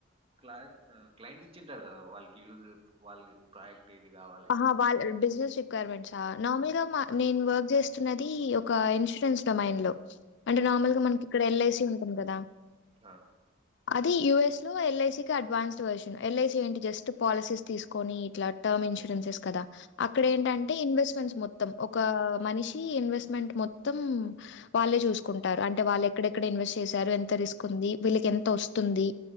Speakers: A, on the right (about 30°); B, on the left (about 60°).
A: క్లై ఆ క్లైంట్ ఇచ్చిండు కదా వాళ్ళకి యూజు వాళ్ళది ప్రయాక్టీ ఇది కావాలి
B: ఆహా!
A: అని
B: వాళ్ళ బిజినెస్ రిక్వైర్మెంట్సా నార్మల్ గా మా నేను వర్క్ చేస్తున్నది ఒక ఇన్షూరెన్స్ డొమైన్ లో అంటే
A: హ్మ్
B: నార్మల్ గా మనకి ఇక్కడ ఎల్ ఐ సి ఉంటుంది కదా
A: ఆ
B: అది యూ ఎస్ లో ఎల్ ఐ సి కి advanced version L I C ఏంటి జస్ట్ పాలసీస్ తీసుకొని ఇట్లా టర్మ్ ఇన్షూ రెన్సెస్ కదా అక్కడ
A: ఓకే
B: ఏంటం టే ఇన్వెస్ట్మెంట్స్ మొత్తం ఒక మనిషి ఇన్వెస్ట్మెంట్ మొత్తం వాళ్ళే చూసుకుంటారు అంటే వాళ్ళు ఎక్కడెక్కడ ఇన్వెస్ట్ చేశారు ఎంత రిస్క్ ఉంది వీళ్ళకి ఎంత వస్తుంది